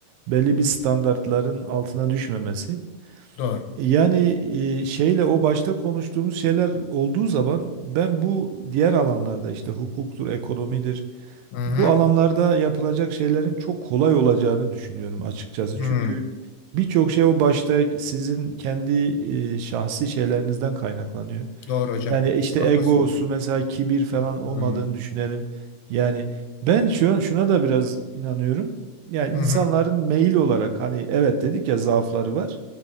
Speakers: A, on the right; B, on the left.
A: belli bir standartların altına düşmemesi.
B: doğru.
A: Yani e, şeyle o başta konuştuğumuz şeyler olduğu zaman ben bu diğer alanlarda işte hukuktur, ekonomidir,
B: Hı hı,
A: bu alanlarda yapılacak şeylerin çok kolay olacağını düşünüyorum açıkçası.
B: hı,
A: Çünkü birçok şey o başta sizin kendi e, şahsi şeylerinizden kaynaklanıyor.
B: doğru hocam.
A: Yani işte
B: Haklısın.
A: egosu mesela kibir falan
B: Hı hı,
A: olmadığını düşünelim. Yani ben şu, şuna da biraz inanıyorum. Yani insanların
B: hı
A: meyil olarak hani evet dedik ya zaafları var.